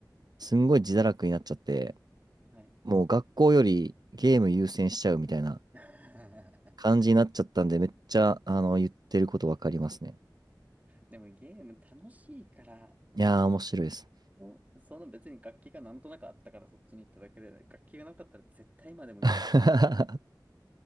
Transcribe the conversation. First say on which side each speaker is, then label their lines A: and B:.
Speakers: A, on the right; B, on the right.
A: う、すんごい自堕落になっちゃって、
B: はい。
A: もう学校よりゲーム優先しちゃうみたいな
B: <laughs>
A: 感じになっちゃったんで、めっちゃ、あの、言ってることわかりますね。
B: でもゲーム楽しいから
A: いやー、面白いです。
B: もう、その別に楽器がなんとなくあったからそっちに行っただけで、楽器がなかったら絶対今でもゲームしてます。
A: <laughs>